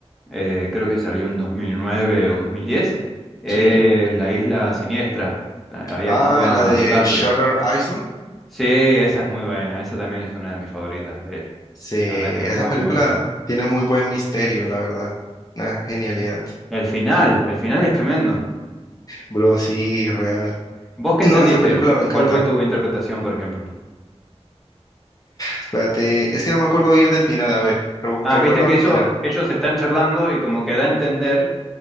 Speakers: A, in the centre; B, on the left.
A: eh, creo que salió en 2009 o 2010, es
B: Sí.
A: La Isla Siniestra. Ahí
B: Ah,
A: actúa
B: la de
A: DiCaprio.
B: Shutter Island.
A: Sí, esa es muy buena, esa también es una de mis favoritas de él.
B: Sí, esa
A: La verdad que muy,
B: película
A: muy buena.
B: tiene muy buen misterio, la verdad. Una genialidad.
A: El final, el final es tremendo.
B: Bro, sí, real.
A: ¿Vos qué
B: No,
A: entendiste?
B: esa película me encanta.
A: ¿Cuál fue tu interpretación, por ejemplo?
B: Espérate, es que no me acuerdo bien del final, a ver, re-
A: Ah,
B: recuérdame
A: viste que
B: el
A: eso,
B: final.
A: ellos están charlando y como que da a entender